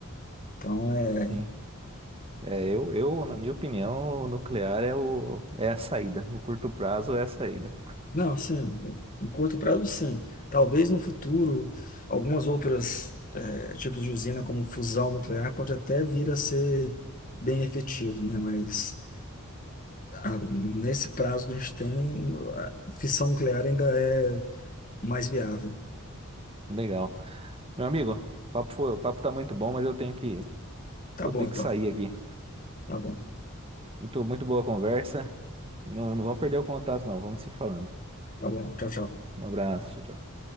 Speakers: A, on the left (about 40°); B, on the right (about 25°).
A: Então, é
B: Sim. É, eu, eu, na minha opinião, o nuclear é, o, é a saída. No curto prazo é a saída.
A: Não, assim, em curto prazo, sim. Talvez no futuro, algumas outras eh, tipos de usina, como fusão nuclear, pode até vir a ser bem efetivo, né? Mas ah, nesse prazo que a gente tem, a fissão nuclear ainda é mais viável.
B: Legal. Meu amigo, o papo, foi, o papo tá muito bom, mas eu tenho que,
A: Tá
B: vou
A: bom,
B: ter que
A: então.
B: sair aqui.
A: Tá bom.
B: Muito, muito boa a conversa. Não, não vamos perder o contato, não. Vamos se falando.
A: Tá bom. Tchau, tchau.
B: Um abraço, tchau. tchau.